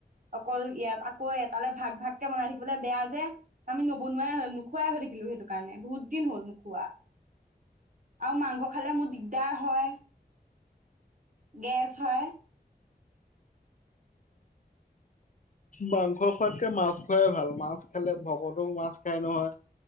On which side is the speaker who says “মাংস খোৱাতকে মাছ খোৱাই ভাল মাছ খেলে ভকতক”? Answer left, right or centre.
Left